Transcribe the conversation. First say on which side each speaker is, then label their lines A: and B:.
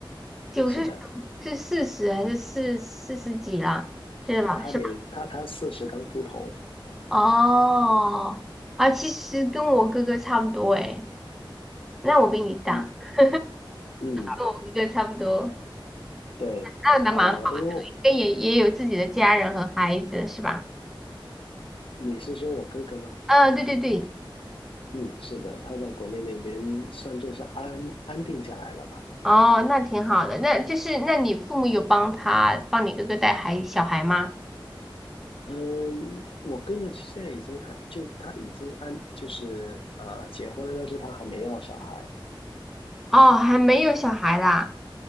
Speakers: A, in the centre; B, on the left.
A: 九十九，
B: 是的，
A: 是四十还是四四十几啦？是吧？
B: 他得他他四十刚出头，
A: 是吧？哦，啊，其实跟我哥哥差不多诶，那我比你大，
B: 嗯
A: <laughs>
B: 嗯，
A: 跟我哥哥差不多，
B: 对，
A: 那那蛮好，
B: 呃，因为
A: 也也有自己的家人和孩子是吧？
B: 你是说我哥哥吗？
A: 呃，对对对，
B: 嗯，是的，他在国内那边算作是安安定下来了吧？
A: 哦，那挺好的，那就是那你父母有帮他帮你哥哥带孩小孩吗？
B: 嗯，我哥哥现在已经还就他已经安就是呃结婚了，但是他还没要小孩。
A: 哦，还没有小孩啦。